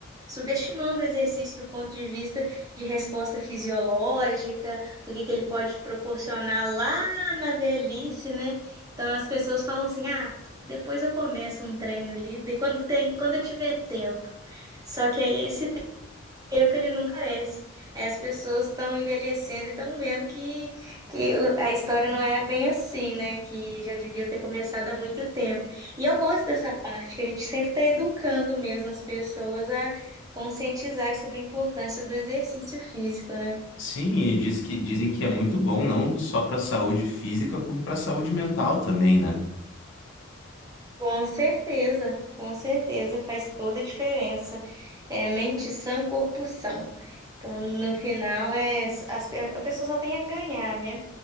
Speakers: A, on the right; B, on the left.
A: subestimando o exercício do ponto de vista de resposta fisiológica, do que que ele pode proporcionar lá na velhice, né? Então as pessoas falam assim: "Ah, depois eu começo um treino ali, de quando tem, quando eu tiver tempo". Só que aí esse tempo ele não carece. Aí As pessoas estão envelhecendo e estão vendo que, que a história não era bem assim, né? Que já devia ter começado há muito tempo. E eu gosto dessa parte, que a gente sempre está educando mesmo as pessoas a conscientizar sobre a importância do exercício físico, né?
B: Sim, e diz que, dizem que é muito bom não só para saúde física, como para saúde mental também, né?
A: Com certeza, com certeza faz toda a diferença. É mente sã, corpo são. Então, no final, é, as, pe- a pessoa só tem a ganhar, né?